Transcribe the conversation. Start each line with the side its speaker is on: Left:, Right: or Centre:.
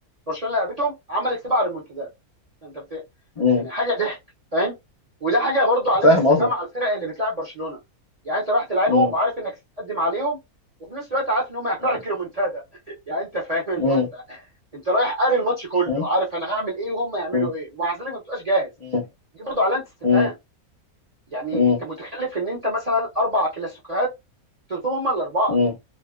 Right: برشلونه لعبتهم عملت سبع ريمونتادات انت بت...
Left: مم.
Right: يعني حاجه ضحك فاهم وده حاجه برضو علامه
Left: فاهم
Right: استفهام
Left: قصدك
Right: على الفرق اللي بتلعب برشلونه يعني انت رايح تلعبهم
Left: مم.
Right: وعارف انك تقدم عليهم وفي نفس الوقت عارف ان هم هيعملوا
Left: مم.
Right: عليك ريمونتادا <laughs> يعني انت فاهم اللي
Left: مم.
Right: هو انت انت رايح قاري الماتش كله
Left: مم.
Right: عارف انا هعمل ايه وهم يعملوا
Left: مم.
Right: ايه ومع ذلك ما بتبقاش جاهز
Left: مم.
Right: دي برضو علامه استفهام
Left: مم.
Right: يعني
Left: مم.
Right: انت متخلف ان انت مثلا اربع كلاسيكوهات خسرتهم هم الاربعه
Left: مم.